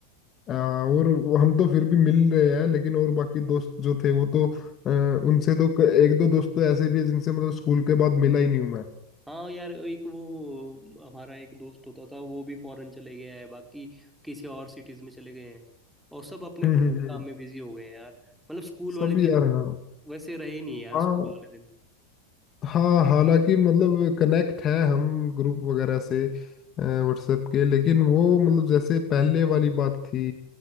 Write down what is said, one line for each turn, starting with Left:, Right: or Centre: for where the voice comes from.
Left: हाँ, और हम तो फिर भी मिल रहे हैं लेकिन और बाकी दोस्त जो थे वो तो अ, उनसे तो क- एक दो दोस्त तो ऐसे भी है जिनसे मतलब स्कूल के बाद मिला ही नहीं हूं मैं
Centre: हाँ यार एक वो हमारा एक दोस्त होता था वो भी फॉरेन चले गया है बाकी किसी और सिटीज में चले गए हैं और सब अपने
Left: हम्म
Centre: अपने
Left: हम्म हम्म।
Centre: काम में बिजी हो गए हैं यार मतलब स्कूल वाले
Left: सब
Centre: दिन
Left: यार हाँ
Centre: वैसे रहे नहीं यार
Left: हाँ
Centre: स्कूल वाले दिन
Left: हाँ हालांकि मतलब कनेक्ट है हम ग्रुप वगैरह से व्हाट्सएप के लेकिन वो मतलब जैसे पहले वाली बात थी